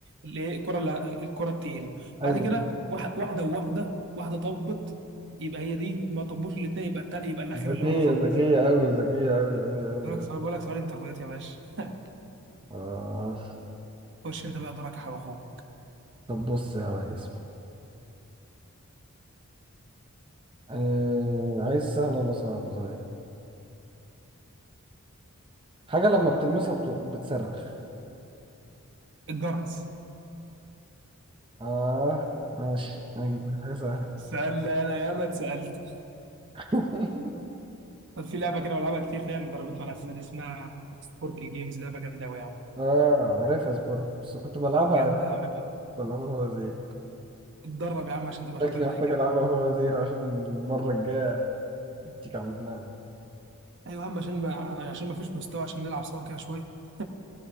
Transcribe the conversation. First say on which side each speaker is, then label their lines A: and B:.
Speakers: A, on the right (about 55°); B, on the right (about 25°).
A: ال- إيه، الكره اللي- الكره التقيله
B: أيوة
A: بعد كده واحد- واحده وواحده واحده طبت يبقى هي دي ما طبوش الاثنين يبقى الت- يبقى الاخيره
B: ذكية
A: اللي بره خالص
B: ذكية أوي ذكية أوي أوي أوي
A: بقول
B: أوي
A: لك سؤال بقول لك سؤال انترفيوهات يا باشا <laughs>
B: آه.
A: خش انت بقى دورك يا حبيب اخوك
B: طب بص يا ريس آه عايز سهل ولا صعب صحيح حاجة لما بتلمسها بت... بتصرخ
A: الجرس
B: آه ماشي أنا جبت لك حاجة سهلة
A: سألنا انا ياما اتسالت
B: <laughs>
A: طب في لعبه كده بلعبها كتير فيها اللي ضربتني على الاسئله دي اسمها سبورك الجيمز لعبه جامده قوي يعني
B: آه عارفها سبورت بس كنت بلعبها
A: جامده يا عم بقى
B: بلعبها هو زي
A: اتدرب يا عم عشان تبقى
B: شكلي
A: شاطر زي
B: محتاج
A: كده
B: ألعبها هو زي عشان المرة الجاية أديك على دماغي
A: ايوه يا عم عشان ما عشان ما فيش مستوى عشان نلعب سوا كده شويه <laughs>